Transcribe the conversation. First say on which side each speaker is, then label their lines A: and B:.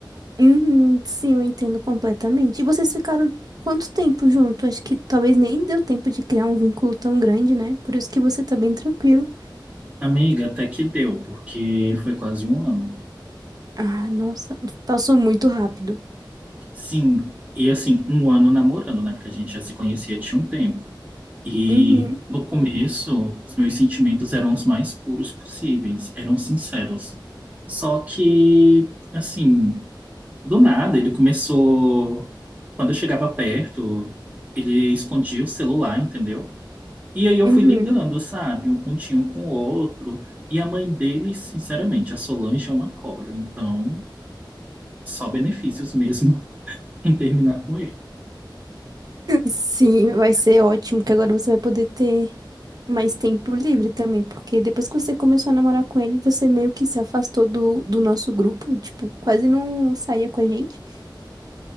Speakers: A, on the right (about 50°); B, on the right (about 20°).
A: Uhum, sim, eu entendo completamente. E vocês ficaram quanto tempo junto? Acho que talvez nem deu tempo de criar um vínculo tão grande, né? Por isso que você tá bem tranquilo.
B: Amiga, até que deu, porque foi quase um ano.
A: Ah, nossa, passou muito rápido.
B: Sim, e assim, um ano namorando, né? Porque a gente já se conhecia tinha um tempo. E
A: Uhum,
B: no começo, os meus sentimentos eram os mais puros possíveis, eram sinceros. Só que, assim, do nada, ele começou. Quando eu chegava perto, ele escondia o celular, entendeu? E aí eu
A: uhum.
B: fui ligando, sabe? Um pontinho com o outro. E a mãe dele, sinceramente, a Solange é uma cobra, então. só benefícios mesmo <laughs> em terminar com ele.
A: Sim, vai ser ótimo, que agora você vai poder ter mais tempo livre também, porque depois que você começou a namorar com ele, você meio que se afastou do, do nosso grupo, tipo, quase não saía com a gente.